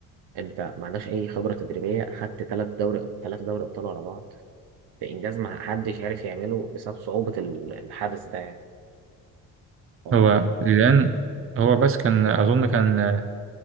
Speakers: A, on the right (about 70°); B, on the right (about 30°).
A: انت ما عندكش اي خبره تدريبيه خدت ثلاث دوري ثلاثه دوري ابطال ورا بعض في انجاز ما حدش عارف يعمله بسبب صعوبه ال- الحدث ده يعني ف- اه
B: هو زيدان هو بس كان اظن كان